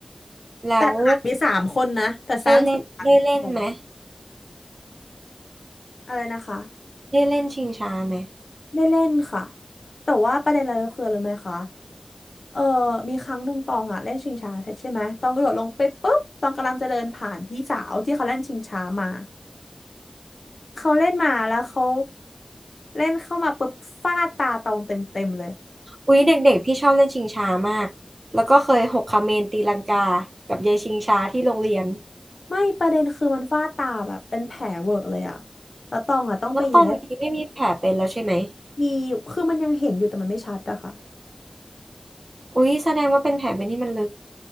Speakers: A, on the right (about 55°); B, on the left (about 85°).
A: แล้ว
B: แต่หลานมีสามคนนะแต่สร้างสามคน
A: ได้เล่นได้เล่นไหม
B: อะไรนะคะ
A: ได้เล่นชิงช้าไหม
B: ได้เล่นค่ะแต่ว่าประเด็นอะไรก็คืออะไรรู้ไหมคะเออมีครั้งหนึ่งตองอ่ะเล่นชิงช้าเสร็จใช่ไหมตองกระโดดลงไปปุ๊บตองกำลังจะเดินผ่านพี่สาวที่เขาเล่นชิงช้ามาเขาเล่นมาแล้วเขาเล่นเข้ามาปุ๊บฟาดตาตองเต็มเต็มเลย
A: อุ๊ยเด็กๆพี่ชอบเล่นชิงช้ามากแล้วก็เคยหกคาเมนตีลังกากับยายชิงช้าที่โรงเรียน
B: ไม่ประเด็นคือมันฝ้าตาแบบเป็นแผลเวอะเลยอะแล้วตองอะต้องไปเย็บ
A: แล้วตอนนี้ไม่มีแผลเป็นแล้วใช่ไหม
B: มีคือมันยังเห็นอยู่แต่มันไม่ชัดอะค่ะ
A: อุ๊ยแสดงว่าเป็นแผลเป็นที่มันลึก